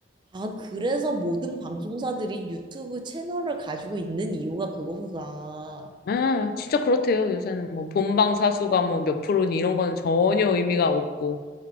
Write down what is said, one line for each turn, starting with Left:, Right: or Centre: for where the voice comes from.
Right: 아, 그래서 모든 방송사들이 유튜브 채널을 가지고 있는 이유가 그거구나.
Left: 아, 진짜 그렇대요. 요새는 뭐 본방 사수가 뭐 몇 프로니 이런 거는 전혀 의미가 없고.